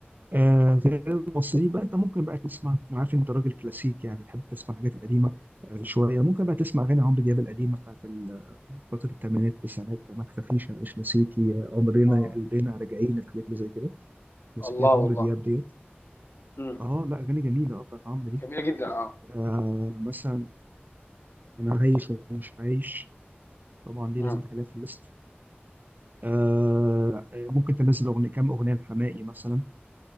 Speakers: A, on the right; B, on the left.
A: آه غير المصريين بقى انت ممكن بقى تسمع انا عارف انت راجل كلاسيك يعني بتحب تسمع الحاجات القديمه آه شويه ممكن بقى تسمع اغاني عمرو دياب القديمه بتاعت فترة الثمانينات التسعينات ما تخافيش أنا مش ناسيكي عمرنا
B: اه
A: يا قلبنا راجعين الحاجات اللي زي كده مسكية
B: الله
A: عمرو
B: والله
A: دياب ديت
B: مم.
A: اه لا أغاني جميلة اه بتاعت عمرو دي
B: جميله جدا اه
A: آه مثلا أنا عايش ومش عايش طبعا دي
B: مم.
A: لازم تخليها في الليست آه ممكن تنزل أغنية كام أغنية لحماقي مثلا